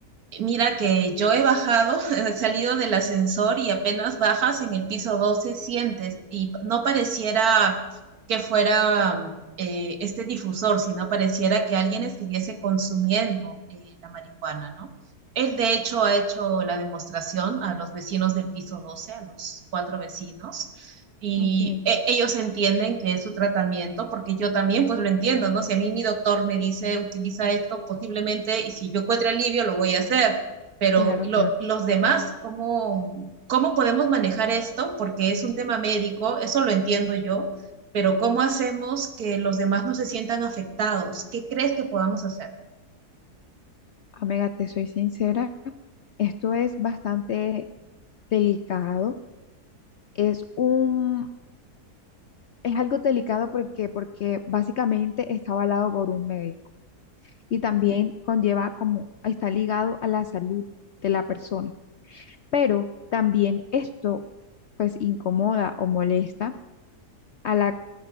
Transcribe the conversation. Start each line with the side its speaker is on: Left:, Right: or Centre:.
Right: Mira que yo he bajado, <laughs> he salido del ascensor y apenas bajas en el piso 12 sientes y no pareciera que fuera mm, eh, este difusor, sino pareciera que alguien estuviese consumiendo eh, la marihuana, ¿no? Él de hecho ha hecho la demostración a los vecinos del piso 12, a los cuatro vecinos, y
Left: aunque,
Right: e- ellos entienden que es su tratamiento, porque yo también pues lo entiendo, ¿no? Si a mí mi doctor me dice utiliza esto posiblemente y si yo encuentro alivio lo voy a hacer, pero
Left: claro,
Right: ¿y lo-
Left: claro,
Right: los demás, ¿cómo, cómo podemos manejar esto? Porque es un tema médico, eso lo entiendo yo, pero ¿cómo hacemos que los demás no se sientan afectados? ¿Qué crees que podamos hacer?
Left: amiga, te soy sincera. Esto es bastante delicado. Es un, es algo delicado porque, porque básicamente está avalado por un médico y también conlleva como está ligado a la salud de la persona. Pero también esto pues incomoda o molesta a la